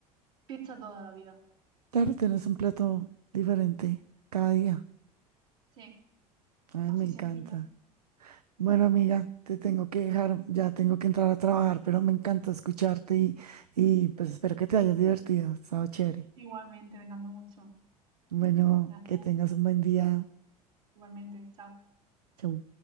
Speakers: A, on the right (about 70°); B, on the right (about 80°).
A: pizza toda la vida.
B: Claro, tienes un plato diferente cada día.
A: Sí,
B: Ay,
A: así
B: me encanta.
A: sencillo.
B: Bueno, amiga, te tengo que dejar, ya tengo que entrar a trabajar, pero me encanta escucharte y, y pues espero que te hayas divertido, ha estado chévere.
A: Igualmente, me encantó mucho.
B: Bueno,
A: Gracias.
B: que tengas un buen día.
A: Igualmente, chao.
B: Chau.